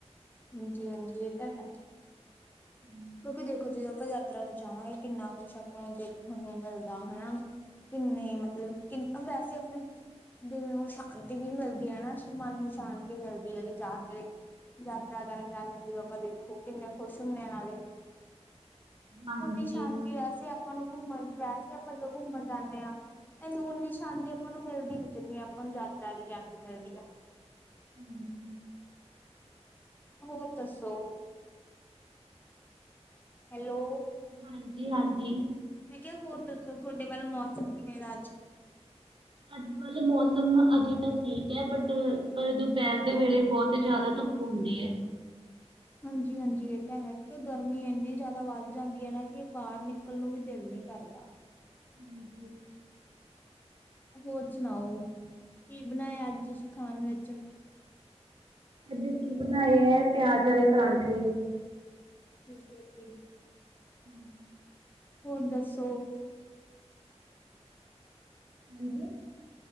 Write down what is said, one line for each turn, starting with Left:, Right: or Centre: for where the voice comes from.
Left: ਹਾਂਜੀ-ਹਾਂਜੀ ਇਹ ਤਾਂ ਹੈ।
Right: <inaudible>
Left: ਕਿਉਂਕਿ ਦੇਖੋ ਜਦੋਂ ਆਪਾਂ ਯਾਤਰਾ ਤੇ ਜਾਵਾਂਗੇ ਕਿੰਨਾ ਕੁਛ ਆਪਾਂ ਨੂੰ ਦੇਖਣ ਨੂੰ ਮਿਲਦਾ ਹੈਨਾ ਕਿੰਨੇ ਮਤਲਬ ਕਿੰਨ ਵੈਸੇ ਅਪਣੇ ਦਿਲ ਨੂੰ ਸ਼ਾਂਤੀ ਵੀ ਮਿਲਦੀ ਐ ਨਾ, ਮਨ ਨੂੰ ਸ਼ਾਂਤੀ ਮਿਲਦੀ ਐ ਕਿ ਜਾ ਕੇ ਯਾਤਰਾ ਕਰਨ ਜਾਨੇ ਆ ਜਦੋਂ ਆਪਾਂ ਦੇਖੋ ਕਿੰਨੇ ਖੁਸ਼ ਹੁੰਣੇ ਆ ਨਾਲੇ
Right: ਹਾਂਜੀ,
Left: ਉਨੀ ਸ਼ਾਂਤੀ ਵੈਸੇ ਆਪਾਂ ਨੂੰ ਘੁੰਮਣ ਵੈਸੇ ਆਪਾਂ ਜਦੋਂ ਘੁੰਮਣ ਜਾਂਦੇ ਆ। ਐਨੂੰ ਉਨੀ ਸ਼ਾਂਤੀ ਆਪਾਂ ਨੂੰ ਮਿਲਦੀ ਨੀ ਜਿੰਨੀ ਆਪਾਂ ਨੂੰ ਯਾਤਰਾ ਤੇ ਜਾ ਕੇ ਮਿਲਦੀ ਆ।
Right: ਹਾਂਜੀ।
Left: ਹੋਰ ਦਸੋ, ਹੈਲੋ।
Right: ਹਾਂਜੀ-ਹਾਂਜੀ।
Left: ਮੈਂ ਕਿਆ ਹੋਰ ਦੱਸੋ ਤੁਆਡੇ ਵੱਲ ਮੌਸਮ ਕਿਵੇਂ ਦਾ ਅੱਜ?
Right: ਸਾਡੇ ਵੱਲ ਮੌਸਮ ਅਜੇ ਤਾਂ ਠੀਕ ਐ ਬਟ ਦੁਪਹਿਰ ਦੇ ਵੇਲੇ ਬਹੁਤ ਜਾਦਾ ਧੁਪ ਹੁੰਦੀ ਐ।
Left: ਹਾਂਜੀ-ਹਾਂਜੀ ਇਹ ਤਾਂ ਐ ਕਿਉ ਗਰਮੀ ਇੰਨੀ ਜੈਦਾ ਵੱਧ ਜਾਂਦੀ ਐ ਨਾ ਕਿ ਬਾਹਰ ਨਿਕਲਣ ਨੂੰ ਵੀ ਦਿਲ ਨਈ ਕਰਦਾ।
Right: ਹਾਂਜੀ।
Left: ਹੋਰ ਸੁਣਾਓ, ਕੀ ਬਣਾਇਆ
Right: ਤੇ
Left: ਅੱਜ ਤੁਸੀਂ ਖਾਣ ਵਿੱਚ।
Right: ਅੱਜ ਅਸੀਂ ਬਣਾਏ ਐ ਪਿਆਜ ਆਲੇ ਪਰਾਂਠੇ।
Left: ਠੀਕ ਐ ਜੀ।
Right: ਹਾਂਜੀ।
Left: ਹੋਰ ਦੱਸੋ?
Right: ਹਾਂਜੀ।